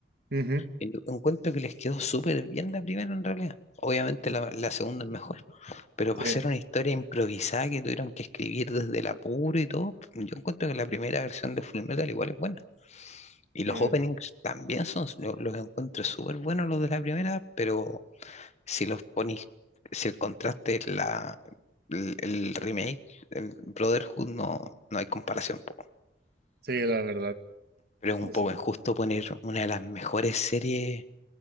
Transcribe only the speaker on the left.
Y Yo encuentro que les quedó súper bien la primera en realidad. Obviamente la, la segunda es mejor, pero
para hacer una historia improvisada que tuvieron que escribir desde el apuro y todo, yo encuentro que la primera versión de Fullmetal igual es buena. Y los
openings también son, yo los encuentro súper buenos los de la primera, pero si los pones, si el contraste es la, el, el remake, el Brotherhood, no, no hay comparación. po.
Pero es
un poco
injusto poner una de las mejores series